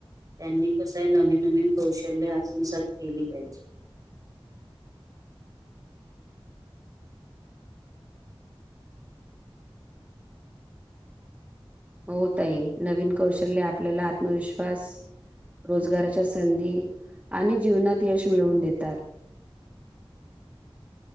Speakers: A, on the right; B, on the right.
A: त्यांनी कसंय नवीन नवीन कौशल्य आत्मसात केली पाहिजे.
B: हो ताई नवीन कौशल्य आपल्याला आत्मविश्वास रोजगाराच्या संधी आणि जीवनात यश मिळवून देतात.